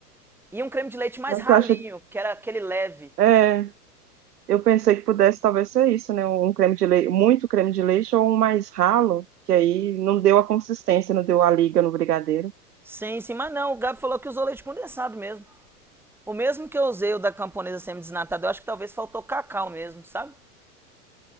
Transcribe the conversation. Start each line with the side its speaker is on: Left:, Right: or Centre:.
Centre: E um creme de leite mais
Right: Não,
Centre: ralinho,
Right: que eu acho.
Centre: que era aquele leve.
Right: É, Eu pensei que pudesse talvez ser isso, né? Um creme de leite, muito creme de leite ou um mais ralo, que aí não deu a consistência, não deu a liga no brigadeiro.
Centre: Sim, sim, mas não, o Gabi falou que usou leite condensado mesmo. O mesmo que eu usei o da camponesa semi-desnatada, eu acho que talvez faltou cacau mesmo, sabe?